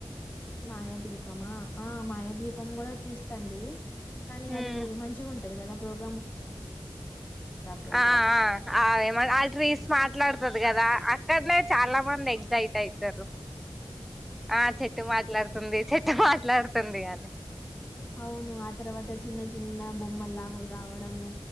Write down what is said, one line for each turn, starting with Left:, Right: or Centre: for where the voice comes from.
Left: మా యాదవి తమ ఆ మాయ ద్వీపం కూడా చూస్త్ తండి కానీ
Centre: ఉమ్
Left: అది మంచిగా ఉం <unintelligible> ప్రోగ్రామ్
Centre: ఆ ఆ ఆ అ ఏమన్నా ఆ ట్రీస్ మాట్లాడతది కదా అక్కడ్నే చాలామంది ఎగ్జిట్ అయితారు. ఆ చెట్టు మాట్లాడుతుంది చెట్టు మా ట్లాడుతుంది గాని
Left: అవును ఆ తర్వాత ఓచ్ చిన్న చిన్న బొమ్మల్లాగారావడము